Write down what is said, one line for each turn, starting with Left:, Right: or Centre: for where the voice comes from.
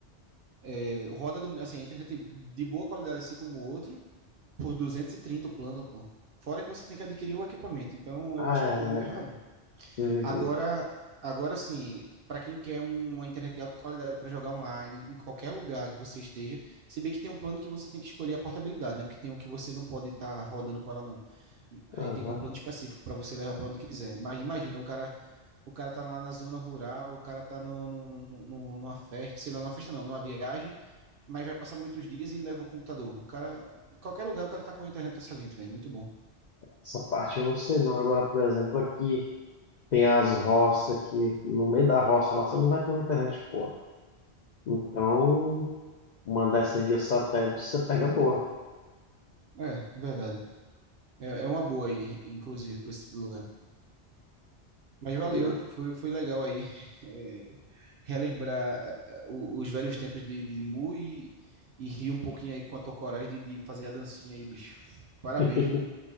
Right: é, roda do- assim, a internet de boa qualidade, assim como o outro, por 230 o plano, pô. Fora que você tem que adquirir o equipamento, então eu
Left: Ah,
Right: acho
Left: é,
Right: que tu
Left: né?
Right: viu errado.
Left: Vivi.
Right: Agora, agora sim, para quem quer um, uma internet de alta qualidade para jogar online, em qualquer lugar que você esteja, se bem que tem um plano que você tem que escolher a portabilidade, né? Porque tem um que você não pode estar rodando com ela, não. Aí
Left: Aham.
Right: tem um plano específico para você levar para onde quiser. Mas imagina, o cara, o cara tá lá na zona rural, o cara tá no, no, no- numa festa, sei lá, numa festa não, numa viagem, mas vai passar muitos dias e leva o computador. O cara, qualquer lugar, o cara tá com a internet excelente, velho. Muito bom.
Left: Essa parte eu não sei não. Agora, por exemplo, aqui tem as roças aqui, no meio da roça lá, você não vai ter uma internet boa. Então, uma dessas via satélite, você pega boa.
Right: É, é verdade. É, é uma boa aí, inclusive, para esse lugar. Mas valeu,
Left: E
Right: foi, foi legal aí <laughs> é, relembrar é, é, o- os velhos tempos de, de Mu e, e rir um pouquinho aí com a tua coragem de, de fazer a dancinha aí, bicho. Parabéns,
Left: <laughs>
Right: viu?